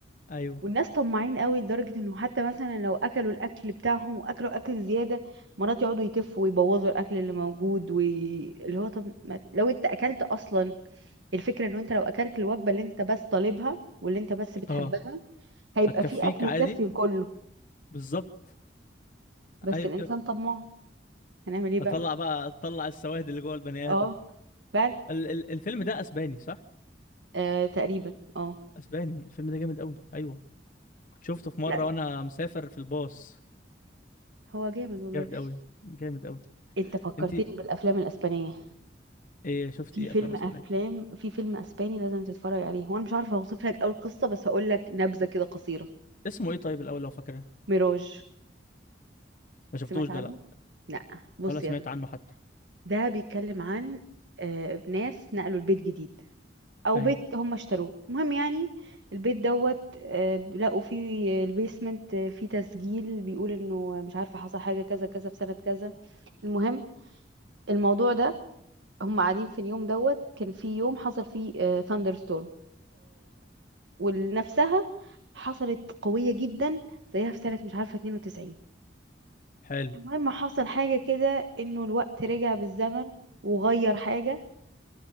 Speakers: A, on the left (about 45°); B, on the right (about 85°).
A: ايوه
B: والناس طماعين قوي لدرجة انه حتى مثلا لو اكلوا الاكل بتاعهم واكلوا اكل زيادة مرات يقعدوا يتفوا ويبوظوا الاكل اللي موجود وي... اللي هو طب ما... لو انت اكلت اصلا الفكرة انه انت لو اكلت الوجبة اللي انت بس طالبها واللي انت بس بتحبها
A: اه
B: هيبقى
A: هتكفيك
B: في اكل
A: عادي
B: يكفي الكل
A: بالظبط
B: بس
A: ايوه
B: الانسان طماع هنعمل ايه
A: اطلع
B: بقى
A: بقى اطلع السواد اللي جوه البني
B: اه
A: ادم
B: فعلا
A: ال ال الفيلم ده اسباني صح
B: آه تقريبا اه
A: اسباني الفيلم ده جامد قوي ايوه كنت شفته في مره
B: لا
A: وانا مسافر في الباص
B: هو جامد والله
A: جامد قوي جامد قوي
B: انت فكرتني
A: انت
B: بالافلام الاسبانيه
A: ايه شفتي
B: في
A: ايه
B: فيلم
A: افلام اسبانيه
B: افلام في فيلم اسباني لازم تتفرج عليه هو انا مش عارفه اوصف لك اول قصه بس هقول لك نبذه كده قصيره
A: اسمه ايه طيب الاول لو فاكره
B: ميراج
A: ما شفتوش
B: سمعت
A: ده
B: عنه
A: لا
B: لا بص
A: ولا سمعت
B: يا ابني
A: عنه حتى
B: ده بيتكلم عن آه ناس نقلوا البيت جديد او
A: ايوه
B: بيت هم اشتروه المهم يعني البيت دوت آه، لقوا فيه البيسمنت آه، فيه تسجيل بيقول انه مش عارفه حصل حاجه كذا كذا في سنه كذا المهم الموضوع ده هم قاعدين في اليوم دوت كان في يوم حصل فيه ثاندر ستورم ولنفسها حصلت قويه جدا زيها في سنه مش عارفه 92
A: حلو
B: المهم حصل حاجه كده انه الوقت رجع بالزمن وغير حاجه